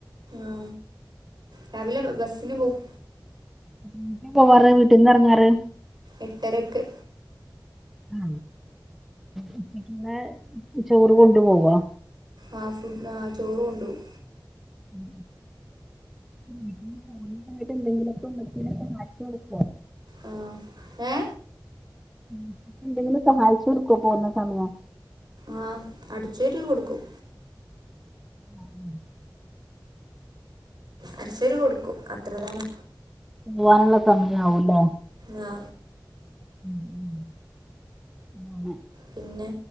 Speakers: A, on the right (about 60°); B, in the centre.
A: ആ രാവിലെ ബസ്സിന് പോവും
B: എത്രമണിക്കാ പോവാറ് വീട്ടിന്നെറങ്ങാറ്
A: എട്ടരക്ക്
B: ആ ഉച്ചക്ക്ള്ള ചോറ് കൊണ്ടു പോവോ
A: ആ ഫുഡ് ആ ചോറ്കൊണ്ടോവും
B: ഉം ഉം വീട്ടിന്ന് പോകുന്നസമയത്ത് എന്തെങ്കിലൊക്കെ ഉമ്മച്ചീനെ സഹായിച്ച് കൊട്ക്കോ
A: ആ ഏ
B: ഉമ്മച്ചിക്കെന്തെങ്കിലും സഹായിച്ചു കൊടുക്കോ പോവുന്ന സമയം
A: ആ അടിച്ച്വാരി കൊട്ക്കും
B: ആഹ് ഉം
A: അടിച്ച്വാരി കൊടുക്കും അത്രതന്നെ
B: പൂവാനുള്ള സമയാവുംലെ
A: ആ
B: മ്മ്-മ്മ് അങ്ങനെ
A: പിന്നെ